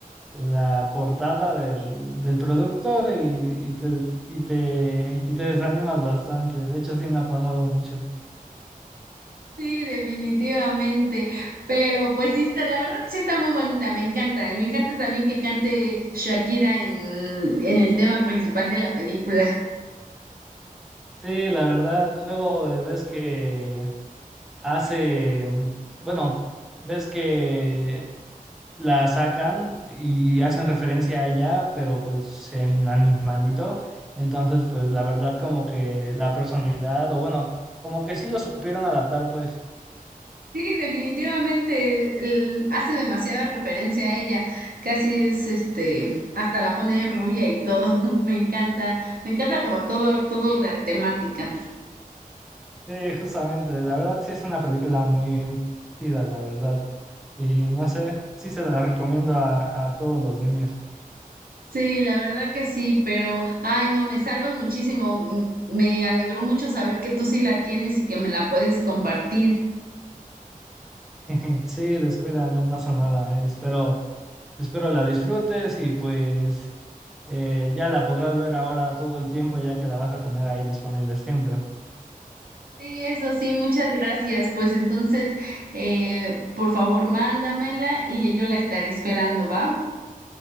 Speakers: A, in the centre; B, on the right.
A: la portada del, del producto y, y te, y te, y te desanimas bastante. De hecho, sí me ha pasado mucho.
B: Sí, definitivamente. Pero pues sí está, la verdad sí está muy bonita, me encanta. Y me encanta también que cante Shakira en, en el tema principal de la película.
A: Sí, la verdad, luego eh, ves que hace, bueno, ves que la sacan y hacen referencia a ella, pero pues en animalito. Entonces, pues la verdad como que la personalidad, o bueno, como que sí lo supieron adaptar, pues,
B: Sí, definitivamente el- hace demasiada referencia a ella. Casi es este, hasta la pone rubia y todo. <laughs> Me encanta, me encanta como todo, todo la temática.
A: sí, justamente, la verdad sí es una película muy chida, la verdad. Y no sé, sí se la recomiendo a, a todos los niños.
B: Sí, la verdad que sí, pero ay no, me salvas muchísimo. M- Me alegró mucho saber que tú sí la tienes y que me la puedes compartir.
A: <laughs> Sí, descuida, no pasa nada. Espero, espero la disfrutes y pues... Eh, ya la podrás ver ahora todo el tiempo, ya que la vas a tener ahí disponible siempre.
B: Sí, eso sí, muchas gracias. Pues entonces, eh, por favor, mándamela y yo la estaré esperando, ¿va?